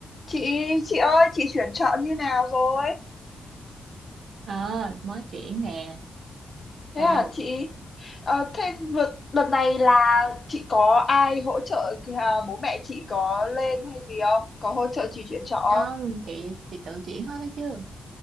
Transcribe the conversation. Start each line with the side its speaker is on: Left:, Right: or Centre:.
Left: chị chị ơi chị chuyển chọn như nào rồi
Right: Ờ, mới chuyển nè.
Left: thế
Right: Sao?
Left: à chị ờ, thế vượt đợt này là chị có ai hỗ trợ à, bố mẹ chị có lên hay gì không có hỗ trợ chị chuyển chọn không
Right: Không, chị chị tự chuyển hết đó chứ.